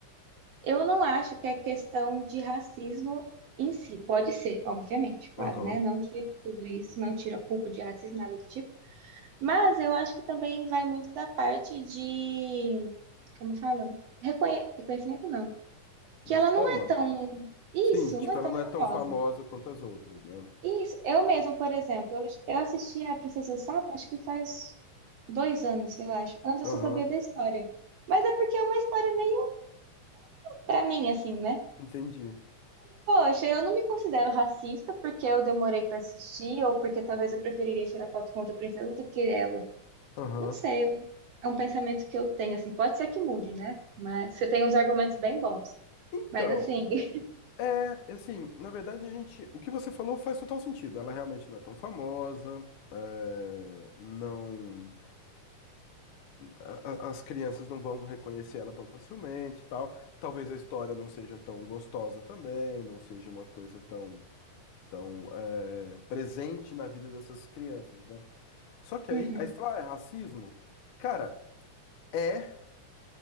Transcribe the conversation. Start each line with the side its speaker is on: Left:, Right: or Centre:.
Right: Eu não acho que é questão de racismo em si. Pode ser, obviamente, claro,
Left: Aham.
Right: né? Não tira tudo isso, não tira a culpa de racismo, nada do tipo. Mas eu acho que também vai muito da parte de, como fala? Reconhe- Reconhecimento não.
Left: De
Right: Que ela
Left: fama?
Right: não é tão. Isso,
Left: Sim, tipo,
Right: não é tão
Left: ela não
Right: famosa.
Left: é tão famosa quanto as outras, né?
Right: Isso. Eu mesma, por exemplo, eu eu assisti a Princesa e o Sapo, acho que faz dois anos, eu acho. Antes
Left: Aham,
Right: eu só sabia da história. Mas é porque é uma história meio Pra mim, assim, né?
Left: entendi.
Right: Poxa, eu não me considero racista porque eu demorei pra assistir ou porque talvez eu preferiria tirar foto com outra princesa do que ela.
Left: Aham.
Right: Não sei, eu- é um pensamento que eu tenho, assim. Pode ser que mude, né? Mas você tem uns argumentos bem bons.
Left: Então,
Right: Mas, assim, <laughs>
Left: É, assim, na verdade a gente, o que você falou faz total sentido. Ela realmente não é tão famosa, é, não, a- a- as crianças não vão reconhecer ela tão facilmente, e tal. Talvez a história não seja tão gostosa também, não seja uma coisa tão, tão é, presente na vida dessas crianças, né? Só que
Right: uhum.
Left: aí, aí você fala, ah, é racismo? Cara, é,